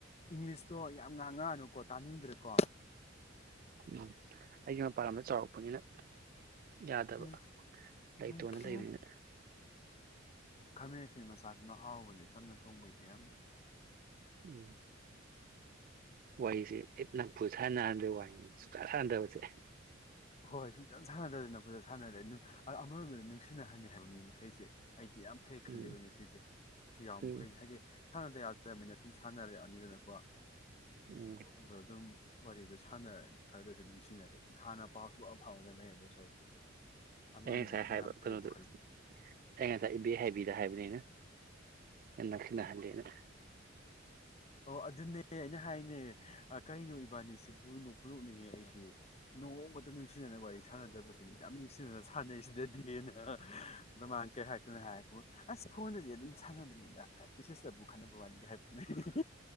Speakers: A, on the left; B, on the right.
A: ꯏꯪꯂꯤꯁꯇꯣ ꯌꯥꯝ ꯉꯥꯡꯉꯛꯑꯅꯨꯀꯣ ꯇꯥꯅꯤꯡꯗ꯭ꯔꯦꯀꯣ
B: ꯎꯝ ꯑꯩꯒꯤ ꯃꯄꯥꯟ ꯂꯝꯗ ꯆꯥꯎꯔꯛꯄꯅꯤꯅ ꯌꯥꯗꯕ
A: ꯎꯝ
B: ꯂꯩꯇꯣꯟꯅ
A: ꯎꯝ
B: ꯂꯩꯔꯤꯅꯦ
A: ꯎꯝ ꯈꯥꯃꯦꯟ ꯑꯁꯤ ꯃꯆꯥꯥꯗꯨꯅ ꯍꯥꯎꯕꯅꯦ ꯆꯝꯅ ꯊꯣꯡꯕꯩꯗꯤ ꯌꯥꯝꯅ
B: ꯎꯝ ꯋꯥꯏꯁꯤꯦ ꯏꯅꯪ ꯐꯨ ꯁꯥꯟꯅꯍꯟꯗꯦ ꯋꯥꯏꯅꯦ ꯁꯨꯀꯥꯟ ꯁꯥꯟꯊꯕꯁꯦ
A: ꯍꯣꯏ ꯁꯨꯡꯆꯟ ꯁꯥꯟꯅꯗꯗꯅꯗ ꯁꯥꯟꯅꯔꯦ ꯑꯃꯔꯣꯝꯗꯗꯤ ꯅꯨꯡꯁꯤꯅꯍꯜꯂꯤꯦ ꯍꯥꯏꯕ ꯃꯤ ꯃꯈꯩꯁꯦ ꯑꯩꯗꯤ ꯌꯥꯝ ꯐꯩ ꯈꯜꯂꯤꯦꯕꯅꯦ
B: ꯎꯝ
A: ꯁꯤꯁꯦ ꯁꯤ ꯌꯥꯎꯕ
B: ꯎꯝ
A: ꯃꯈꯩꯁꯦ ꯍꯥꯏꯗꯤ ꯊꯥꯡꯅꯗ ꯇꯃꯤꯅ ꯁꯨꯝ ꯁꯥꯟꯅꯔꯦ ꯑꯅꯤꯗꯅꯀꯣ
B: ꯎꯝ
A: ꯑꯗꯣ ꯑꯗꯨꯝ ꯋꯥꯔꯤꯗꯨ ꯁꯥꯟꯅꯔꯗꯤ ꯈꯔꯗ ꯑꯣꯏꯁꯨ ꯅꯨꯡꯁꯤꯅꯔꯦ ꯑꯗꯨꯅ ꯍꯥꯟꯅ ꯄꯥꯎꯁꯨ ꯑꯐꯥꯎꯕꯅ ꯂꯩ ꯑꯗꯣ ꯁꯔꯨꯛꯄꯨꯗꯤ ꯑꯃꯔꯣꯝꯗꯗꯤ
B: ꯑꯩ ꯉꯁꯥꯏ ꯍꯥꯏꯕ
A: ꯌꯥꯝ ꯐꯩꯌꯦꯕꯨ
B: ꯀꯩꯅꯣꯗꯨ
A: ꯈꯜꯂꯤ
B: ꯑꯩ ꯉꯁꯥꯏ ꯏꯕꯦ ꯍꯥꯏꯕꯤꯗ ꯍꯥꯏꯕꯅꯤꯩꯅ ꯑꯦꯅ ꯈꯅꯍꯂꯅ
A: ꯑꯣ ꯑꯗꯨꯅꯦ ꯑꯩꯅ ꯍꯥꯏꯅꯦ ꯀꯔꯤꯩꯅꯣꯕ ꯕꯥꯅꯤꯁꯤ ꯄꯨ ꯅꯣꯛ ꯄꯨ ꯅꯣꯛꯅꯤꯡꯉꯦ ꯑꯩꯗꯤ ꯅꯣꯡꯃꯇ ꯅꯨꯡꯁꯤꯅꯅ ꯋꯥꯔꯤ ꯁꯥꯟꯅꯗꯕꯁꯤꯅ ꯌꯥꯝ ꯅꯨꯡꯁꯤꯅꯅ ꯁꯥꯟꯅꯩ ꯁꯤꯗ ꯍꯦꯅ ꯅꯃꯥꯡ ꯀꯩ ꯍꯥꯏꯀꯣꯏꯅ ꯍꯥꯏꯔꯕꯨ ꯑꯁ ꯐꯣꯟꯗꯗꯤ ꯑꯗꯨꯝ ꯁꯥꯟꯅꯕꯅꯤꯗ ꯃꯦꯁꯦꯖꯇꯕꯨ ꯈꯠꯅꯕ ꯋꯥꯠꯂꯤꯒ ꯍꯥꯏ ꯄꯣꯠꯅ